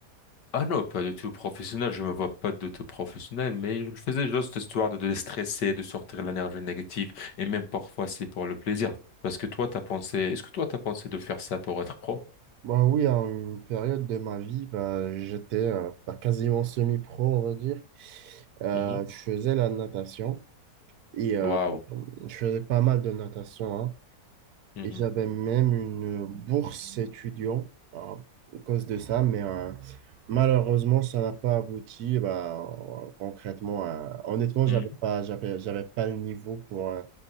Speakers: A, on the left; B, on the right.
A: Ah non, pas du tout professionnel, je me vois pas du tout professionnel, mais je le faisais juste histoire de déstresser, de sortir l'énergie négative, et même parfois c'est pour le plaisir. Parce que toi, t'as pensé, est-ce que toi, t'as pensé de faire ça pour être pro?
B: Bah oui, à une période de ma vie, bah, j'étais euh, bah, quasiment semi-pro, on va dire. Euh,
A: Mhm.
B: je faisais la natation et euh,
A: Waouh.
B: je faisais pas mal de natation, hein.
A: Mhm.
B: Et j'avais même une bourse étudiant euh, à cause de ça, mais euh, malheureusement, ça n'a pas abouti. Bah, euh, concrètement, euh, honnêtement,
A: Mhm.
B: j'avais pas, j'avais, j'avais pas le niveau pour euh,